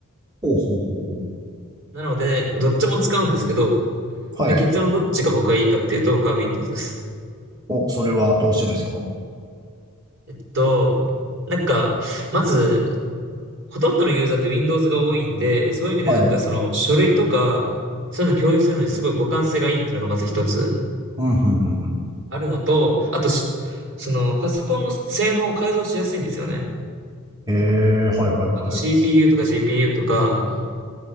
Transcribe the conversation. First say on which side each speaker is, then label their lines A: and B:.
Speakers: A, on the right; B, on the right.
A: ほうほうほうほう。
B: なので、どっちも使うんですけど、
A: はい。
B: で、結論どっちが僕はいいかっていうと、僕は Windows です。
A: お、それはどうしてですかは
B: えっと、なんか、まず、ほとんどのユーザーって Windows が多いんで、そういう意味でなんかその書類とか、
A: い。
B: そういうの共有するのにすごい互換性がいいっていうのがまず一つ
A: うん、うん、うん、
B: あるのと、あとし、そのパソコンの性能を改造しやすいんですよね。
A: うん。ええ、はいはいはい。
B: あの CPU とか GPU とか、